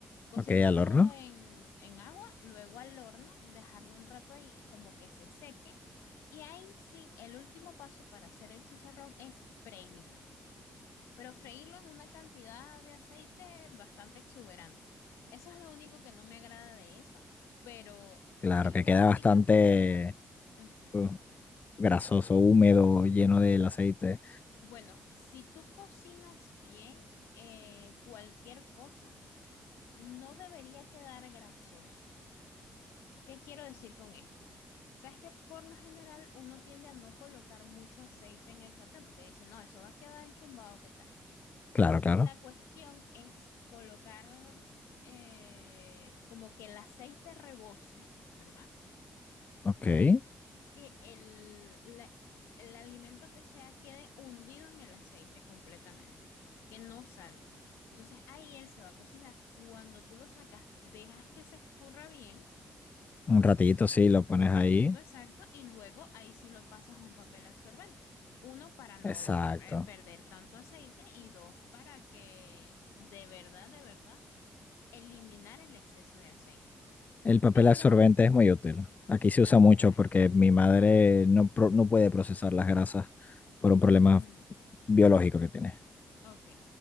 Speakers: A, on the left; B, on the left.
A: Cocinarlo
B: Ok, al horno.
A: en, en agua, luego al horno, dejarlo un rato ahí como que se seque. Y ahí sí, el último paso para hacer el chicharrón es freírlo, pero freírlo en una cantidad de aceite bastante exuberante. Eso es lo único que no me agrada de eso, pero
B: Claro
A: es
B: que
A: la
B: queda
A: única
B: bastante...
A: forma. ujú,
B: uh, grasoso, húmedo, lleno del aceite.
A: Bueno, si tú cocinas bien eh, cualquier cosa, no debería quedar grasoso. ¿Qué quiero decir con esto? Sabes que por lo general uno tiende a no colocar mucho aceite en el sartén porque dice, no, eso va a quedar enchumbado, ¿qué tal?
B: Claro, claro.
A: La cuestión es colocar eh, como que el aceite rebose, ¿verdad?
B: Ok.
A: que el, la- el alimento que sea quede hundido en el aceite completamente, que no salga. Entonces ahí él se va a cocinar. Cuando tú lo sacas, dejas que se escurra bien,
B: Un ratito, sí, lo pones
A: un
B: ahí.
A: ratito exacto, y luego ahí sí lo pasas a un papel absorbente. Uno, para no
B: Exacto.
A: eh, perder tanto aceite, y dos, para que de verdad, de verdad, eliminar el exceso de aceite.
B: El papel
A: Pero,
B: absorbente es muy útil. Aquí se usa
A: exacto.
B: mucho porque mi madre no, pro- no puede procesar las grasas por un problema
A: ujú,
B: biológico que tiene.
A: Ok.